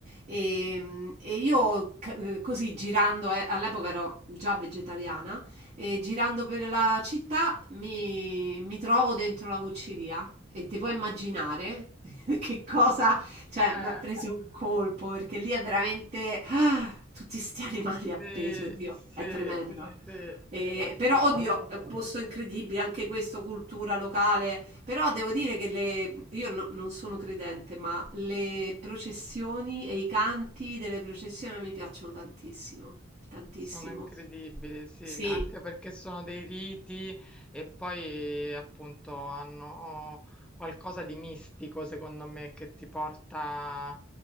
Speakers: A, on the right (about 35°); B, in the centre.
A: E, mh, e io c- eh, così girando, eh, all'epoca ero già vegetariana, e girando per la città mi, mi trovo dentro la Vucciria e ti puoi immaginare <laughs> che cosa cioè,
B: Eh,
A: m'ha preso un colpo, perché lì è veramente ah, tutti 'sti animali
B: sì,
A: appesi, oddio,
B: sì,
A: è tremendo.
B: sì,
A: Ehm,
B: assolutamente.
A: però oddio, è un posto incredibile, anche questo cultura locale, però devo dire che le io no non sono credente, ma le processioni e i canti delle processioni mi piacciono tantissimo, tantissimo.
B: Sono incredibili, sì,
A: Sì.
B: anche perché sono dei riti e poi appunto hanno qualcosa di mistico, secondo me, che ti porta,